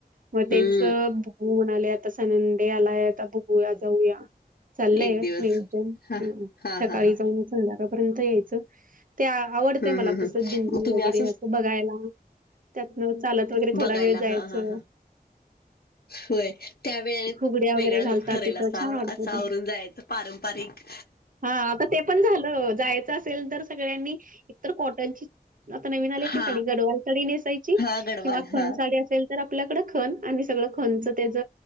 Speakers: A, on the right (about 55°); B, on the left (about 75°).
A: मग
B: हम्म
A: तेच हो म्हणाले आता संडे आलाय आता बघूया जाऊया. चाललंय
B: एक दिवस
A: नियोजन
B: हा हा
A: सकाळी
B: हा हा
A: जाऊन संध्याकाळपर्यंत यायचं. ते आवडतय
B: हम्म
A: मला
B: हम्म हम्म
A: तसं दिंडी
B: मग तुम्ही
A: वगैरे
B: असंच
A: असं बघायला. त्यातन चालत वगैरे
B: बघायला
A: थोडा वेळ जायचं.
B: हा हा हा होय त्यावेेळेस
A: फुगड्या
B: वेगळा
A: वगैरे
B: लुक
A: घालतात
B: ठरेल
A: तिथं
B: असतो
A: छान वाटतं
B: असा
A: ते.
B: आवरून जायचं. पारंपरिक.
A: हां आता ते पण झालं जायचं असेल तर सगळ्यांनी एकतर कॉटनची आता नवीन आले
B: हा
A: की साडी गडवाल साडी नेसायची
B: हा गडवाल
A: किंवा
B: हा
A: खण साडी असेल. तर आपल्याकडं खण आणि सगळं खणचं त्याच